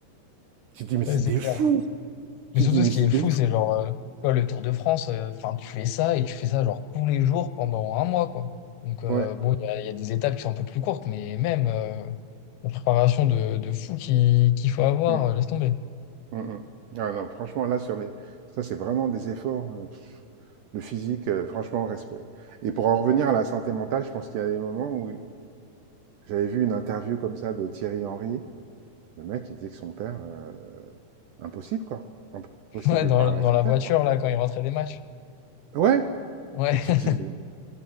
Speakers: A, on the right; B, on the left.
A: Tu te dis, mais c'est
B: ouais, c'est
A: des
B: clair.
A: fous! Tu
B: Mais surtout,
A: te dis, mais
B: ce qui
A: c'est
B: est
A: des
B: fou,
A: fous!
B: c'est genre, euh, tu vois, le Tour de France, euh, enfin, tu fais ça et tu fais ça genre tous les jours pendant un mois, quoi. Donc, euh,
A: Ouais.
B: bon, il y a, il y a des étapes qui sont un peu plus courtes, mais même euh, la préparation de, de fou qui- qu'il faut avoir,
A: Mm,
B: euh, laisse tomber.
A: mm, mm. Ah non, franchement, là, sur les. Ça, c'est vraiment des efforts. euh, pff, le physique, euh, franchement, respect. Et pour en revenir à la santé mentale, je pense qu'il y a des moments où j'avais vu une interview comme ça de Thierry Henry. Le mec, il disait que son père, heu, impossible, quoi. Impossible
B: Ouais, dans,
A: de parler
B: le-
A: avec
B: dans
A: son
B: la
A: père,
B: voiture,
A: quoi.
B: là, quand ils rentraient des matchs.
A: Ouais,
B: Ouais,
A: mais tu te dis: «Mais»